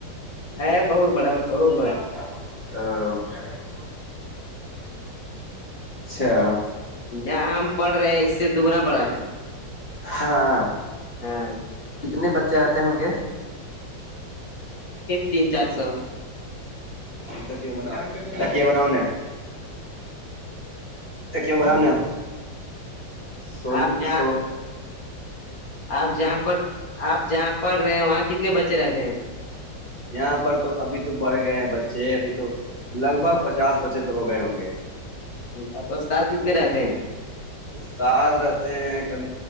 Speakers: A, on the left; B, on the left.
A: ہے بہت بڑا بہت
B: جتا
A: بڑا
B: ا <unintelligible> اچھا
A: جہاں ہم پڑھ رہے ہیں اس سے دگنا بڑا ہے
B: ہاں
A: ہاں
B: کتنے بچے چ آتے ہوں گے
A: تین چار سو
B: تک بناؤ تکیا بناؤ کی بولیا ہو نے سون
A: آپ جہاں
B: سوف
A: آپ جہاں پرڑ آپ جہاں پڑھ رہے ہیں وہاں کتنے بچے رہتے ہیں
B: یہاں پر تو ابھی تو بڑھ گئے ہیں بچے ابھی تو لگ بھگ پچاس بچے تو ہو گئے ہوں گے
A: ا استاد کتنے رہتے ہیں
B: استاد رہتے ہیں کم